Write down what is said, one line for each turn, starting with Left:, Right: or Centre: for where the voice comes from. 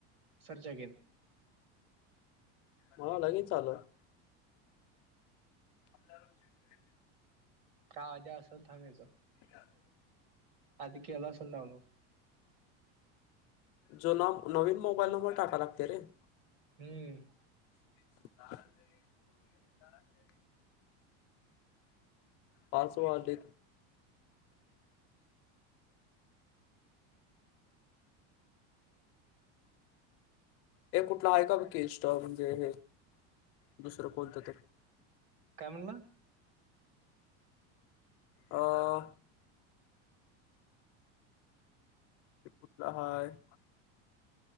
Right: search again
Left: मला लगेच आलं. आता रोज एक
Right: का आधी असंच थांबायचं?
Left: <inaudible>
Right: आधी केलं असेल डाउनलोड.
Left: जुना, नवीन मोबाईल नंबर टाका लागतय रे.
Right: हम्म.
Left: <inaudible> पाच वाजलेत. हे कुठलं आहे का बघकी इंस्टॉल म्हणजे हे, दुसरं कोणतं तर.
Right: काय म्हणला?
Left: अं कुटलं हाय?